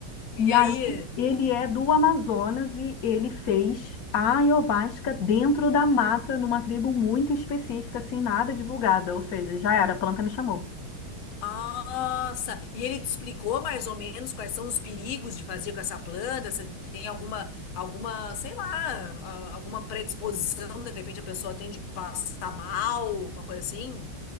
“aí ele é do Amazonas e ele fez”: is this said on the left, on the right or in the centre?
Left